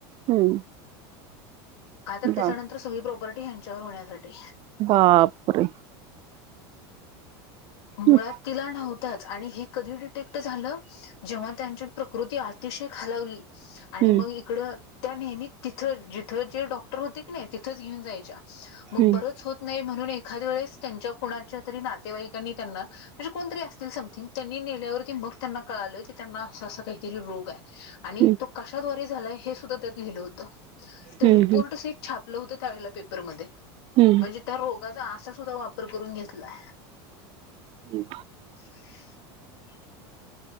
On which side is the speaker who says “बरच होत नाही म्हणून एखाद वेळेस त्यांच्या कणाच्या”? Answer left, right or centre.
Left